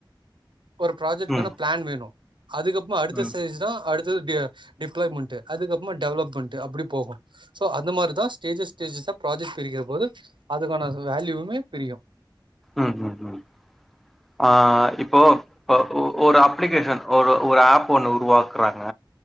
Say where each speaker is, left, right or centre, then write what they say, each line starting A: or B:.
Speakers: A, on the right; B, in the centre.
A: ஒரு ப்ராஜக்ட்க்கான
B: ம்
A: ப்ளான் வேணு அதுக்கப்பம் அடுத்த
B: ம்
A: ஸ்டேஜ்தா அடு து பி டிப்ளாய்மெண்ட்டு அதுக்கப்பமா டெவலப்மெண்ட்டு அப்டி போகு ஸோ அந்தமாரி தா ஸ்டேஜஸ் ஸ்டேஜ்ஸா ப்ராஜக்ட் பிரிக்கிற போது அதுக்கான வேல்யுவுமே பிரியு
B: ம் ம் ம் ஆ இப்போ ஒ ஒ ஒரு அப்ளிகேஷன் ஒரு ஒரு ஆப் ஒண்ணு உருவாக்குறாங்க